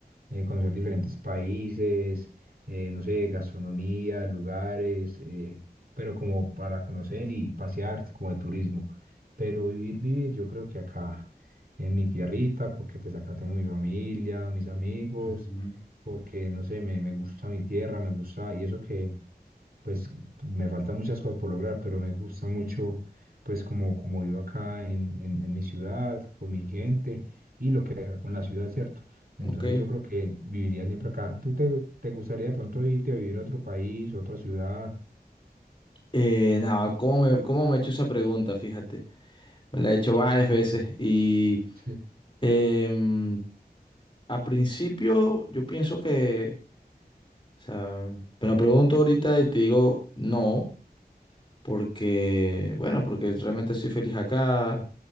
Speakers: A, on the right; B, on the left.
A: eh, conocer diferentes países, eh, no sé, gastronomía, lugares, eh, pero como para conocer y pasear, como de turismo. Pero vivir, vivir, yo creo que acá, en mi tierrita, porque pues acá tengo mi familia, mis amigos
B: Ujú.
A: porque, no sé, me, me gusta mi tierra, me gusta, y eso que, pues, me faltan muchas cosas por lograr, pero me gusta mucho, pues, como, como vivo acá en, en, en mi ciudad, con mi gente, y lo que haga con la ciudad, ¿cierto? Entonces
B: Ok.
A: yo creo que viviría siempre acá. ¿Tú te, te gustaría de pronto irte a vivir a otro país, otra ciudad?
B: Eh, no, ¿cómo me, cómo me he hecho esa pregunta? Fíjate, me la he hecho varias veces y
A: Sí.
B: em, a principio yo pienso que, o sea, me la pregunto ahorita y te digo no, porque, bueno, porque realmente soy feliz acá,